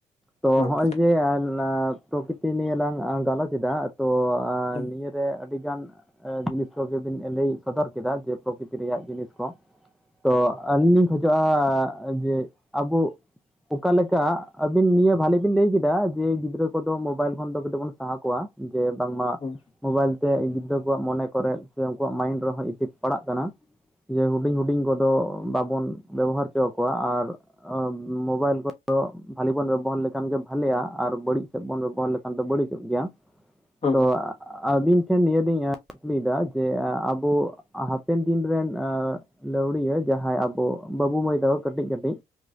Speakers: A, in the centre; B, on the left (about 40°).
A: ᱛᱚ
B: ᱦᱩᱸ
A: ᱦᱚᱜ-ᱚᱭ ᱡᱮ ᱯᱨᱚᱠᱨᱤᱛᱤ ᱱᱤᱭᱮ ᱞᱟᱝ ᱜᱟᱞᱚᱪ ᱮᱫᱟ ᱛᱚ
B: ᱦᱩᱸ
A: ᱱᱤᱭᱟᱹᱨᱮ ᱟᱹᱰᱤ ᱜᱟᱱ ᱡᱤᱱᱤᱥ ᱠᱚᱜᱮ ᱞᱟᱹᱭ ᱥᱚᱫᱚᱨ ᱠᱮᱫᱟ ᱡᱮ ᱯᱨᱚᱠᱨᱤᱛᱤ ᱨᱮᱭᱟᱜ ᱡᱤᱱᱤᱥ ᱠᱚ ᱛᱚ ᱟᱹᱞᱤᱧ ᱞᱤᱧ ᱠᱷᱚᱡᱚᱜ-ᱟ ᱡᱮ ᱟᱵᱩ ᱚᱠᱟ ᱞᱮᱠᱟ ᱟᱹᱵᱤᱱ ᱱᱤᱭᱟᱹ ᱵᱷᱟᱞᱤ ᱵᱤᱱ ᱞᱟᱹᱭ ᱠᱮᱫᱟ ᱡᱮ ᱜᱤᱫᱽᱨᱟᱹ ᱠᱚᱫᱚ ᱢᱳᱵᱟᱭᱤᱞ ᱠᱷᱚᱱ ᱫᱚ ᱠᱟᱹᱴᱤᱡ ᱵᱚᱱ ᱥᱟᱦᱟ ᱠᱚᱣᱟ᱾ ᱡᱮ ᱵᱟᱝᱢᱟ
B: ᱦᱩᱸ ᱦᱩᱸ
A: ᱢᱚᱵᱟᱭᱤᱞ ᱛᱮ ᱜᱤᱫᱽᱨᱟᱹ ᱠᱚᱣᱟᱜ ᱢᱚᱱᱮ ᱠᱚᱨᱮ ᱥᱮ ᱩᱱᱠᱩᱣᱟᱜ ᱢᱟᱭᱤᱱᱰ ᱨᱮᱦᱚᱸ ᱤᱯᱷᱮᱠᱴ ᱯᱟᱲᱟᱜ ᱠᱟᱱᱟ ᱡᱮ ᱦᱩᱰᱤᱧ ᱦᱩᱰᱤᱧ ᱠᱚᱫᱚ ᱵᱟᱵᱚᱱ ᱵᱮᱵᱚᱦᱟᱨ ᱚᱪᱚ ᱟᱠᱚᱣᱟ ᱟᱨ ᱢᱳᱵᱟᱭᱤᱞ ᱠᱚ ᱫᱚ ᱵᱷᱟᱞᱤ ᱵᱚᱱ ᱵᱮᱵᱚᱦᱟᱨ ᱞᱮᱠᱷᱟᱱ ᱜᱮ ᱵᱷᱟᱞᱤᱜ-ᱟ ᱟᱨ ᱵᱟᱹᱲᱤᱡ ᱥᱮᱫ ᱵᱚᱱ ᱵᱮᱵᱚᱦᱟᱨ ᱞᱮᱠᱷᱟᱱ ᱫᱚ ᱵᱟᱹᱲᱤᱡᱚᱜ ᱜᱮᱭᱟ᱾
B: ᱦᱩᱸ
A: ᱛᱚ ᱟᱹᱵᱤᱱ ᱴᱷᱮᱱ ᱱᱤᱭᱟᱹ ᱞᱤᱧ ᱠᱩᱠᱞᱤᱭᱮᱫᱟ, ᱡᱮ ᱟᱵᱩ ᱦᱟᱯᱮᱱ ᱫᱤᱱ ᱨᱮᱱ ᱞᱟᱹᱣᱲᱤᱭᱟᱹ ᱡᱟᱦᱟᱸᱭ ᱟᱵᱩ ᱵᱟᱵᱩ ᱢᱟᱹᱭ ᱛᱟᱠᱚ ᱠᱟᱹᱴᱤᱡ ᱠᱟᱹᱴᱤᱡ